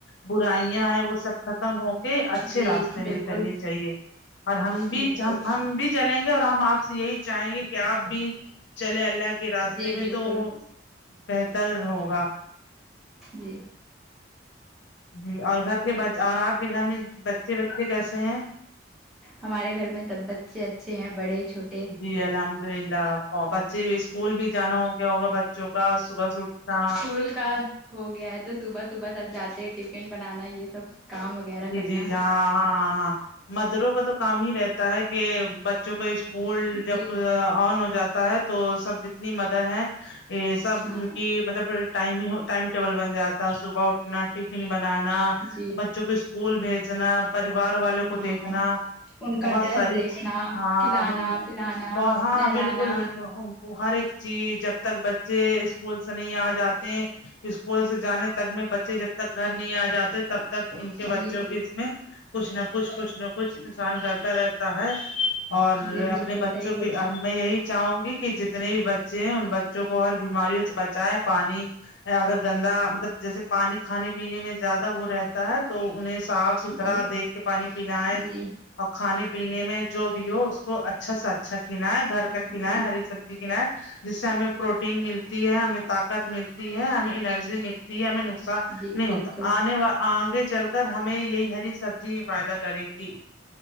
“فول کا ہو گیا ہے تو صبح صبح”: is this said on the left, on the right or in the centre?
Centre